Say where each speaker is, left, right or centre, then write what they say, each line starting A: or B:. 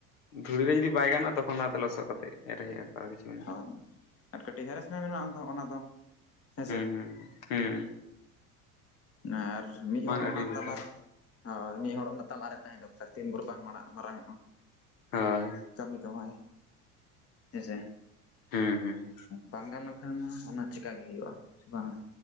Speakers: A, on the left; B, on the left.
A: ᱫᱷᱩᱲᱤ ᱨᱮ ᱡᱩᱫᱤ ᱵᱟᱭ ᱜᱟᱱᱚᱜᱼᱟ ᱛᱚᱠᱷᱚᱱ ᱫᱚ ᱟᱫᱚ ᱞᱚᱥᱚᱫ ᱠᱟᱛᱮᱫ ᱮᱨᱦᱮᱡ ᱟᱠᱚ ᱠᱤᱪᱷᱩ
B: ᱦᱳᱭ ᱟᱨ ᱠᱟᱹᱴᱤᱡ ᱦᱮᱨᱮᱥᱢᱮᱱᱴ ᱢᱮᱱᱟᱜᱼᱟ ᱟᱱ ᱫᱚ ᱦᱟᱸᱜ ᱚᱱᱟ ᱫᱚ ᱦᱮᱸᱥᱮ
A: ᱦᱩᱸ ᱦᱩᱸ ᱦᱩᱸ ᱾
B: ᱱᱟᱨ ᱢᱤᱫ ᱦᱚᱲ
A: ᱟᱹᱰᱤ
B: ᱚᱱᱟ
A: ᱵᱮᱴᱟᱨ
B: ᱛᱟᱞᱟᱨᱮ ᱦᱳᱭ ᱢᱤᱫ ᱦᱚᱲ ᱚᱱᱟ ᱛᱟᱞᱟᱨᱮ ᱛᱟᱦᱮᱸ ᱫᱚᱨᱠᱟᱨ ᱛᱤᱱ ᱵᱷᱩᱨ ᱵᱟᱝ ᱢᱟᱨᱟᱜ ᱢᱟᱨᱟᱝᱚᱜᱼᱟ᱾
A: ᱦᱳᱭ
B: ᱠᱟᱹᱢᱤ ᱠᱟᱹᱢᱦᱟᱭ ᱦᱮᱸᱪᱮ
A: ᱦᱩᱸ ᱦᱩᱸ ᱾
B: ᱵᱟᱝ ᱜᱟᱱ ᱞᱮᱱᱠᱷᱟᱱ ᱢᱟ ᱚᱱᱟ ᱪᱮᱠᱟ ᱜᱮ ᱦᱩᱭᱩᱜᱼᱟ ᱥᱮ ᱵᱟᱝᱟ